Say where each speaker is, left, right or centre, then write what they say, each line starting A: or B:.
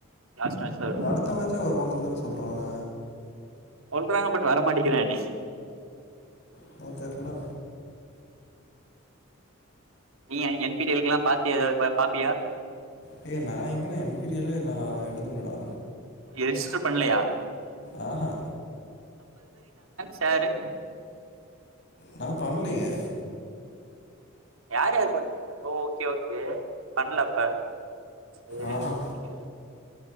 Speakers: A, on the right; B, on the left.
A: லாஸ்ட் மேட்ச்ல வருவாரு
B: அடுத்த மேட்ச்சே வருவாங்கன்தான் சொல்றாங்க
A: சொல்றாங்க பட் வரமாட்டிங்கிறானே
B: அதா தெர்ல
A: நீ <unintelligible> பிடியல்கல பாத்தியா எதாவது ப - பாப்பியா
B: டே நா எங்கடா என் பி டி எல் ல நா எழுதலடா
A: எஸ்சு பண்லையா
B: ஆஹா
A: சாரு
B: நா பண்லையே
A: யார் யார் <unintelligible> ஓகே ஓகே பண்லப்ப சேரி
B: ஆஹா
A: ஓகே